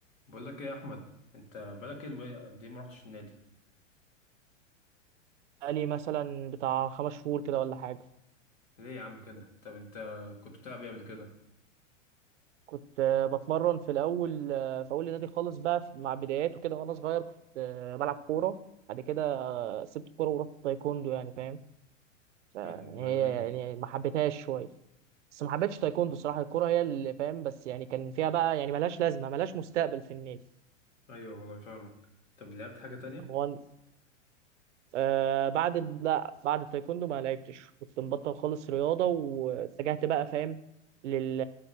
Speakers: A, on the left; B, on the right.
A: بقول لك ايه يا احمد انت بقالك ايه الم- قد ايه ما رحتش النادي
B: بقالي مثلا بتاع خمس شهور كده ولا حاجة
A: ليه يا عم كده طب انت كنت بتلعب ايه قبل كده
B: كنت آه، بتمرن في الأول آه، في أول النادي خالص بقى في- مع بداياته كده وأنا صغير كنت آه، بلعب كورة بعد كده سبت الكورة ورحت تايكوندو يعني فاهم فهي
A: ايه ده والله جامد
B: يعني ما حبيتهاش شوية بس ما حبيتش تايكوندو الصراحة الكورة هي اللي فاهم بس يعني كان فيها بقى يعني ملهاش لازمة ملهاش مستقبل في النادي
A: ايوه والله فاهمك طب لعبت حاجه تانية
B: طب هو آه بعد ال- لا بعد التايكوندو ما لعبتش كنت مبطل خالص رياضة واتجهت بقى فاهم لل